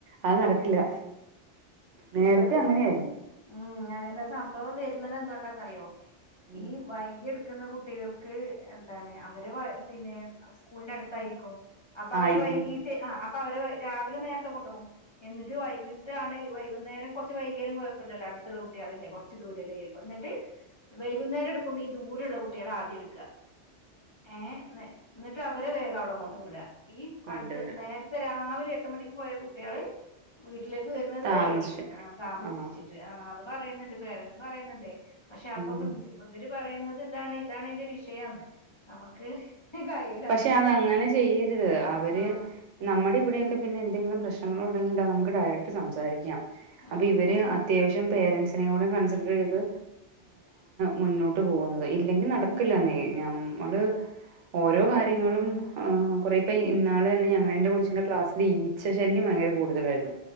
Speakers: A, on the right (about 85°); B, on the left (about 30°).
A: അത് നടക്കില്ല നേരത്തെ
B: ഇവിടെ
A: അങ്ങനെയായിരുന്ന്
B: ഉം അങ്ങനെസംഭവം വരുന്നത് എന്തോണ്ടാന്നറിയോ
A: ഉം
B: ഈ വൈകി എട്ക്കുന്ന കു കുട്ടികൾക്ക് എന്താണ് അവര് വെെ പിന്നെ സ്കൂളിന്റെ അടുത്തായിരിക്കും അപ്പൊ അവര്
A: ആയിരിക്കും
B: വൈകി ട്ട്ആഹ് അപ്പൊ അവര് വെയ് രാവിലെനേരത്തെ കൊണ്ട് പോവും എന്നിട്ട് വൈകിട്ടാണ് വൈ വൈകുന്നേരം കുറച്ച് വൈകിയാലും കുഴപ്പമില്ലല്ലോ അടുത്തുള്ളകുട്ടിയാളല്ലേ കുറച്ച് <unintelligible> എന്നിട്ട് വൈകുന്നേരം എടുക്കുമ്പോ ഈ ദൂരെയുള്ള കുട്ടികളെ ആദ്യം എടുക്ക ഏഹ് ന്നെ എന്നിട്ട് അവരെ വേഗം അവിടെ കൊണ്ടുവിട ഈ
A: കൊണ്ടുവിടും
B: അടുത്ത് നേര രാവിലെ എട്ട്മണിക്ക്പോയകുട്ടികള് വീട്ടിലേക്ക് വരുന്നത്
A: താമസിച്ചു
B: വൈകി താമസിച്ചിട്ട്
A: ആ
B: ആഹ് അത് പറയുന്നുണ്ട് പേരെന്റ്സ് പറയുന്നുണ്ട് പക്ഷേ അപ്പൊ
A: ഉം
B: പ്രിൻസി ഇവര് പറയുന്നത് ഇതാണ് ഇതാണിതിന്റെ വിഷയം എന്ന് നമ്മുക്ക് കഴി
A: പക്ഷേ അത് അങ്ങനെ ചെയ്യരുത് അവര്
B: ആഹ്
A: നമ്മടെ ഇവിടെയൊക്കെ പിന്നെ എന്തെങ്കിലും പ്രശ്നങ്ങളുണ്ടെങ്കി നമ്മുക്ക് ഡയറക്ട് സംസാരിക്കാം അപ്പഇവര്
B: ആഹ്
A: അത്യാവശ്യം പേരൻസിനെയുംകൂടെ കൺസെഡ്രയ്ത് മുന്നോട്ട്പോവുന്നത് ഇല്ലെങ്കിനടക്കില്ലന്നേയ് ഞമ്മള് രോകാര്യങ്ങളും കൊറെപ്പിം ഇന്നാള്ന്നെ ഞങ്ങളെൻ്റെ കൊച്ചിൻ്റെ ക്ലാസ്സില്ഈച്ചശല്യംഭയങ്കര കൂടുതലായിരുന്നു